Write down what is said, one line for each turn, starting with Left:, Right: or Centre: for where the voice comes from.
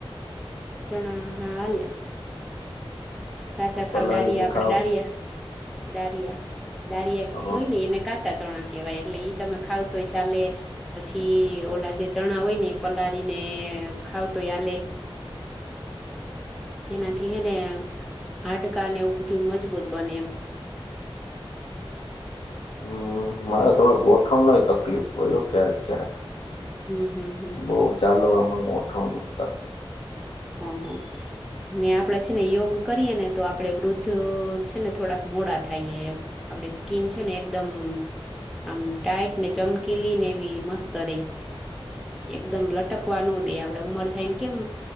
Centre: ચણા હા હલે. કાચા
Left: કે પલાળીને
Centre: ખવડાવીએ ડારિયા
Left: ખાવ
Centre: આપડે ડારિયા ડારિયા દારિયા
Left: હ
Centre: હોય ને એને કાચા ચણા કેહેવાય એટલે ઈ તમે ખાવ તો ઈ હોય ચાલે પછી ઓલા જે ચણા હોય ને પલાળીને ખાવ તો એ હલે.
Left: <inaudible>
Centre: એનાથી હે ને હાડકા ને એવું બધું મજબૂત બને એમ.
Left: હમ્મ મારે થોડો ગોઠણ નય તકલીફ પડે એવું ક્યારેક ક્યારેક.
Centre: હમ હમ હમ
Left: બઉ ચાલો આમાં ગોઠવનું
Centre: હા હા. ને આપડે છે ને યોગ કરીએ ને તો આપડે વૃદ્ધ છે ને થોડાક મોડા થઈએ એમ. આપડી સ્કીન છે ને એકદમ આમ ટાઈટ ને ચમકીલીઈ ને એવી મસ્ત રેહ. એકદમ લટકવાનું દે આપડે ઉમર થાયને કેમ